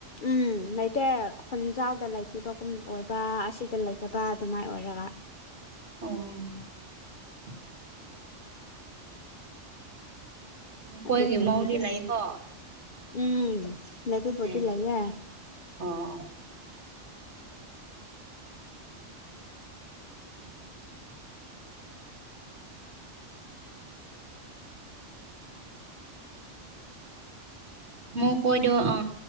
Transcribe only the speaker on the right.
ꯑꯣ ꯃꯈꯣꯏꯒꯤ
ꯃꯧꯗꯤ
ꯂꯥꯛꯏꯀꯣ
ꯑꯦ
ꯑꯣ <unintelligible> ꯃꯣꯏ ꯀꯣꯏꯗꯣ ꯑ